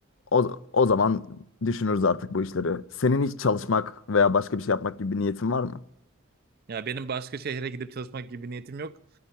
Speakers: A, on the left (about 60°); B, on the right (about 45°).
A: o, o zaman düşünürüz artık bu işleri. Senin hiç çalışmak veya başka bir şey yapmak gibi bir niyetin var mı?
B: Ya benim başka şehre gidip çalışmak gibi bir niyetim yok.